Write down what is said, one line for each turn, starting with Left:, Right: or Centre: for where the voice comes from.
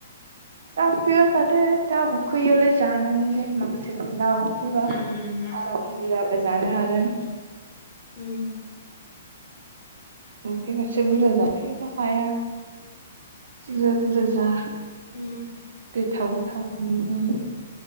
Right: दा उखैबा जादो दा उखैयैआवलाय जानानैलाय माथो लाब। उखैबा
Left: उम माथो
Right: आराम बुरजाबो जानो हागोन।
Left: उम
Right: उखैबासो बुरजा जाफैयाबा हाया बुरजा बुरजा जा।
Left: उम।
Right: थाव गोथाव मोननायावनो।